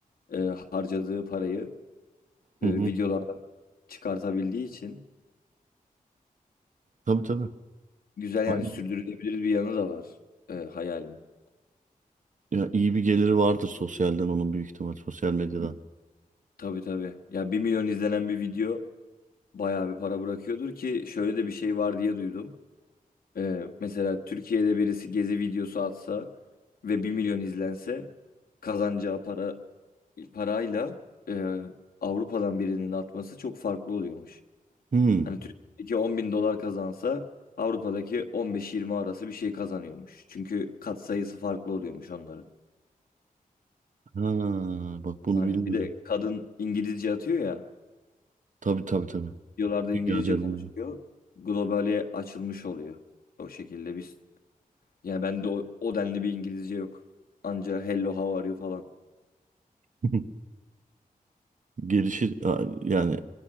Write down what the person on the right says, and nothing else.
hı hı.
Tabii tabii.
Aynen.
Ya iyi bir geliri vardır sosyalden onun büyük ihtimal sosyal medyadan.
Hmm.
Ha, bak bunu
bilmiyordum.
Tabii tabii tabii.
Dünya canım.
<laughs> Gelişir a- yani